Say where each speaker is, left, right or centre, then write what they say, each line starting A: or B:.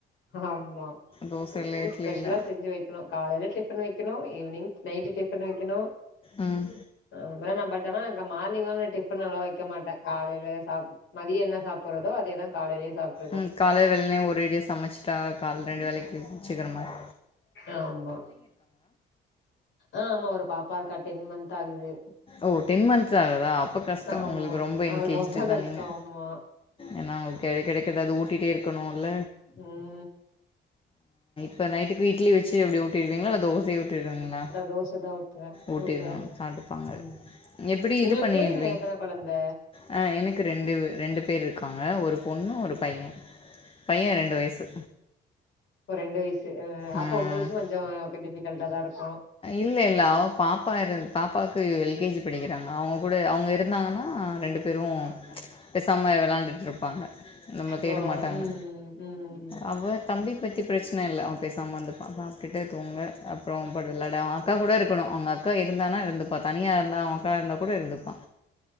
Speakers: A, on the left (about 75°); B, on the left (about 25°).
A: ஆமா
B: தோச
A: ஒங்களுக்
B: இல்ல
A: அப்டியே
B: இட்லி
A: ஸ்பெஷலா
B: இல்ல
A: செஞ்சு வைக்கணு காலேல டிஃபன் வைக்கணு ஈவ்னிங் நைட்டு டிஃபன் வைக்கணு
B: ம்
A: நம் வேல நா பட் ட்டனா அங்க மார்னிங் வந்து நா டிஃபனல்லா வைக்க மாட்டே காலேல சா மதிய என்ன சாப்பற்றதோ அதேதா காலேலயு சாப்
B: ம் காலேல வெல்னே ஒரு அடியா சமைச்சுட்டா காலேல ரெண்டு வேலைக்கு வச்சுக்கிறமாரி
A: ஆமா ஆ ஆமா ஒரு பாப்பா இருக்கா டென் மந்த் ஆகுது
B: ஓ டென் மந்த்ஸ் ஆகுதா அப்ப கஷ்டோ
A: ஆமா
B: ஒங்களுக்கு ரொம்ப
A: அது
B: என்கேஜுடு
A: ரொம்ப கஷ்டோ
B: தா நீங்க
A: ஆமா
B: ஏனா அவுங்களுக்கு எடைக் எடைக்க ஏதாவது ஊட்டிட்டே இருக்கணூல
A: ம்
B: இப்ப நைட்டுக்கு இட்லி வச்சு எப்டி ஊட்டிற்வீங்களா இல்ல தோசையே ஊட்டிவிடுவீங்களா
A: தோச தா ஊத்துவே
B: ஊட்டிற்வே
A: ஊட்டுவே
B: சாப்ட்டுப்பாங்க
A: ம்
B: எப்டி
A: உங்களுக்கு
B: இது பண்ணிடுவே
A: எத்தன கொழந்த
B: ஆ எனக்கு ரெண்டு ரெண்டு பேர் இருக்காங்க ஒரு பொண்ணு
A: ம்
B: ஒரு பையே பையே ரெண்டு வயசு
A: ஓ ரெண்டு வயசு அ அப்ப
B: ம்
A: ஒங்களுக்கு கொஞ்சோ க டிஃபிகல்டா தா இருக்கு
B: இல்ல இல்ல அவ பாப்பா இரு பாப்பாவுக்கு எல் கே ஜி படிக்கிறாங்க அவுங்க கூட அவுங்க இருந்தாங்கன்னா ரெண்டு பேரு
A: ஆ
B: பெசாம விளாண்டுட்ருப்பாங்க நம்மள தேடமாட்டாங்க
A: ஓ ம் ம்
B: அவர் தம்பி பத்தி பிரச்சன இல்ல அவெ பேசாம இருந்துப்பா சாப்டுட்டு தூங்க அப் அப்பறோ அவெ பாட்டு விளாட அவெ அக்கா கூட இருக்கணு அவுங்க அக்கா இருந்தானா இருந்து இப்ப தனியா இருந்தா அவுங்க அக்கா இருந்தா கூட இருந்துப்பா